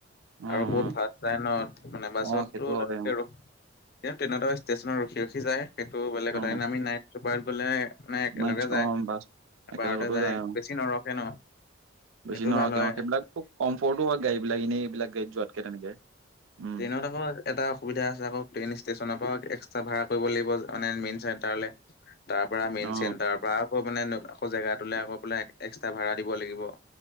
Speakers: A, on the right; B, on the left.
A: অ
B: আৰু বহুত
A: অ
B: ভাল চাই নত মানে বাছতো
A: অ সেইটো হয়
B: তেনেকে
A: অ
B: ৰ- কি তেনদৰে ষ্টেচনৰ ৰখি - ৰখি যায়, সেইটো বেলেগ
A: অ
B: কথা। আমি নাইট চুপাৰত গ'লে মানে একেলগে
A: মান
B: যায়,
A: অ বাছ
B: এবাৰতে
A: একেলগতো
B: যায়,
A: অ
B: বেছি নৰখে ন'। সেইটো
A: বেছি নৰখে
B: ভাল হয়
A: অ' সেইবিলাকো কমফৰ্টো হয় গাড়ীবিলাক, এনে এইবিলাক গড়ী যোৱাতকৈ তেনেকে। উম
B: টেইনত আকো এটা অসুবিধা আছে আকৌ, ট্ৰেইন ষ্টেচনৰ পৰা এক্সট্ৰা ভাড়া কৰিব লাগিব মানে মেইন চেণ্টাৰলে। তাৰপৰা মেইন
A: অ
B: চেণ্টাৰৰ পৰা আকৌ মানে ন- আকৌ জেগাটোলে আকৌ বোলে এক্সট্ৰা ভাড়া দিব লাগিব।